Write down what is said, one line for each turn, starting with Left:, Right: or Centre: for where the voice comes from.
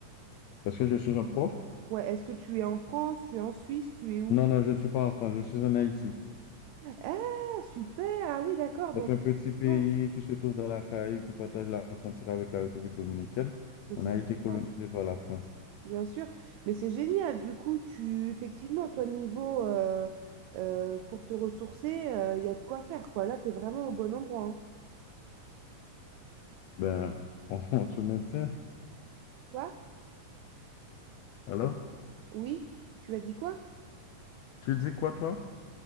Left: Est-ce que je suis un prof?
Right: Ouais, est-ce que tu es en France, tu es en Suisse, tu es où?
Left: Non, non, je ne suis pas en France, je suis en Haïti.
Right: Ah, super! Ah oui, d'accord. Donc,
Left: C'est un petit pays
Right: oh,
Left: qui se trouve dans la Caraïbe, qui partage la frontière avec la République dominicaine.
Right: mais
Left: On
Right: c'est
Left: a
Right: super,
Left: été colonisé par la France.
Right: bien sûr. Mais c'est génial. Du coup, tu, effectivement, toi, niveau, euh, euh, pour te ressourcer, euh, il y a de quoi faire, quoi. Là, tu es vraiment au bon endroit. hein.
Left: Ben, on, <laughs> on se maintient.
Right: Quoi?
Left: Alors,
Right: Oui? Tu as dit quoi?
Left: tu dis quoi, toi?